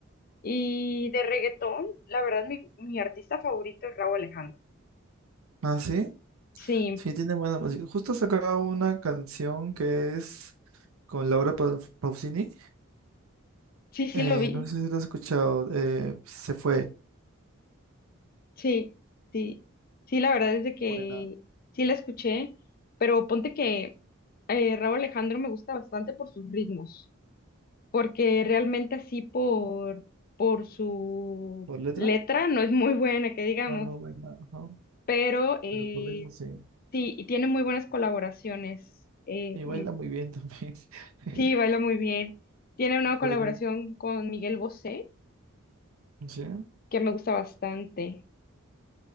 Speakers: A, on the left; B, on the right.
A: Y de reggaetón, la verdad, mi, mi artista favorito es Rauw Alejandro.
B: Ah, sí,
A: Sí,
B: sí, tiene buena música. Justo sacaba una canción que es con Laura Pau- Pausini.
A: sí, sí
B: Eh,
A: lo vi.
B: no sé si lo has escuchado. eh, se fue.
A: Sí, sí, sí, la verdad es de que
B: Buena.
A: sí la escuché, pero ponte que eh, Raúl Alejandro me gusta bastante por sus ritmos, porque realmente así por, por su
B: ¿Por letra?
A: letra no es muy buena, que digamos,
B: Va muy buena. ajá,
A: pero eh,
B: Pero por ritmo sí.
A: sí, y tiene muy buenas colaboraciones, eh,
B: Y
A: mm,
B: baila muy bien también. <laughs>
A: sí, baila muy bien, tiene una colaboración
B: Por ejemplo,
A: con Miguel Bosé,
B: sí.
A: que me gusta bastante.